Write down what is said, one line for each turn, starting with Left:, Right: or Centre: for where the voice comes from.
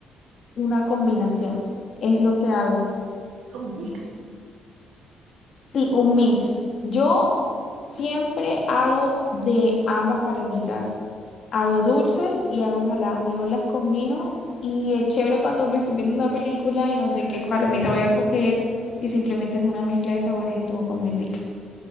Left: una combinación. Es lo que hago.
Right: Un mix.
Left: Sí, un mix. Yo siempre hago de ambas palomitas. Hago dulces y hago saladas. Luego las combino y es chévere cuando me estoy viendo una película y no sé
Right: <laughs>
Left: qué palomita voy a coger y simplemente es una mezcla de sabores en tu boca muy rica.